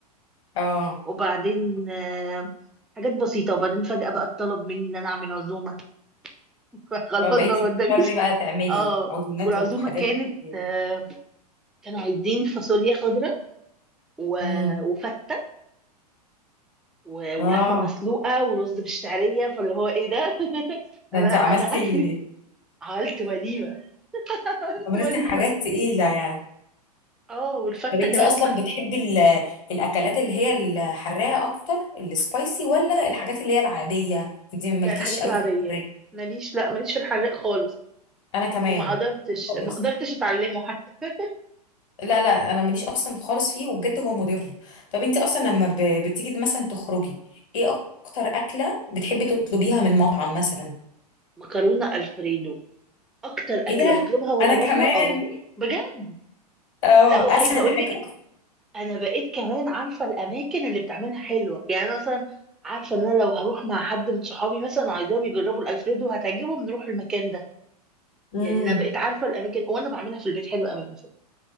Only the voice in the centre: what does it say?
وبعدين آه، حاجات بسيطه وبعدين فجاه بقى اتطلب مني ان انا اعمل عزومه <laughs> خلاص
ما قداميش
اه
والعزومه
كانت
آه، كانوا عايزين فاصوليا خضراء و...
وفته و... ولحمه
مسلوقه ورز بالشعريه فاللي هو ايه ده <laughs>
انا
انا
اخري عملت وليمه عملت
وليمة
اه والفتة
كمان
إن-
ده الحاجات
العادية
ماليش لا ماليش في الحراق خالص
وما قدرتش
ما قدرتش اتعلمه حتى
مكرونة الفريدو اكتر اكلة
بطلبها وانا
بره
اه بجد
لا وعايزة
اقول
لك انا بقيت كمان عارفة الاماكن اللي بتعملها حلوة يعني أنا مثلا عارفة ان انا لو هروح مع حد من صحابي مثلا عايزاهم يجربوا الالفريدو هتعجبهم نروح المكان ده
يعني انا بقيت عارفة الاماكن وانا بعملها في البيت حلوة قوي على فكرة